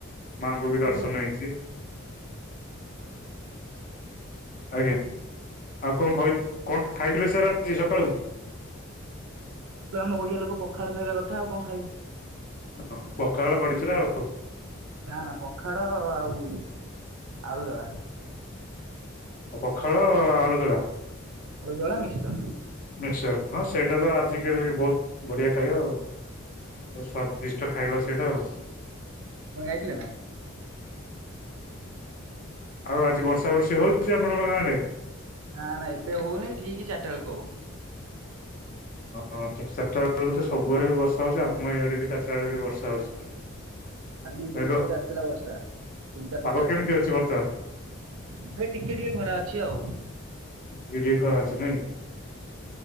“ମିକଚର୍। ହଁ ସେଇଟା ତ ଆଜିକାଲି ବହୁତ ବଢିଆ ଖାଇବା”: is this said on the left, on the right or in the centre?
Left